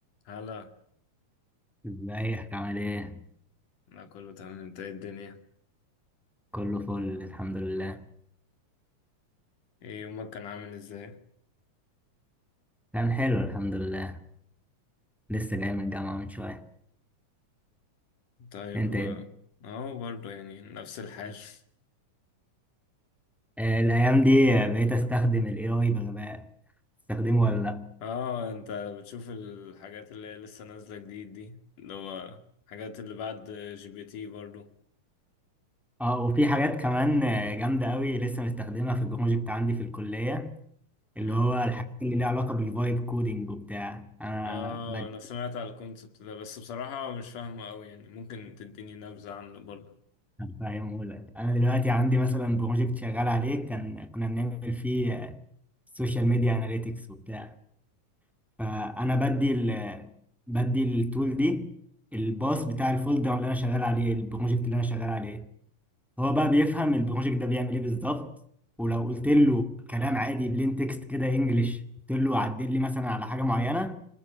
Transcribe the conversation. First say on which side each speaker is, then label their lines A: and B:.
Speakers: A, on the left (about 70°); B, in the centre.
A: هلا
B: ازيك عامل ايه؟
A: انا كله تمام انت ايه الدنيا
B: كله فل الحمد لله
A: ايه يومك كان عامل ازاي
B: كان حلو الحمد لله لسه جاي من الجامعة من شوية
A: طيب
B: انت
A: و...
B: ايه؟
A: اهو برضه يعني نفس الحال <laughs>
B: آه، الأيام دي بقيت استخدم ال AI بغباء تستخدمه ولا لأ؟
A: اه انت بتشوف الحاجات اللي هي لسه نازلة جديد دي اللي هو الحاجات اللي بعد جي بي تي برضه
B: اه وفي حاجات كمان آه، جامدة قوي لسه مستخدمها في البروجكت عندي في الكلية اللي
A: مم.
B: هو الحاجات اللي ليها علاقة بالفايب كودينج وبتاع انا
A: اه
B: بد...
A: انا سمعت على الكونسبت ده بس بصراحة مش فاهمه قوي يعني ممكن تديني نبذة عنه برضه
B: فاهمه لك انا دلوقتي عندي مثلا بروجكت شغال عليه كان كنا بنعمل فيه آه، سوشيال ميديا اناليتكس وبتاع فانا بدي ال بدي التول دي الباص بتاع الفولدر اللي انا شغال عليه البروجكت اللي انا شغال عليه هو بقى بيفهم البروجكت ده بيعمل ايه بالظبط ولو قلت له
A: مم.
B: كلام عادي بلين تكست كده انجلش قلت له عدل لي مثلا على حاجه معينه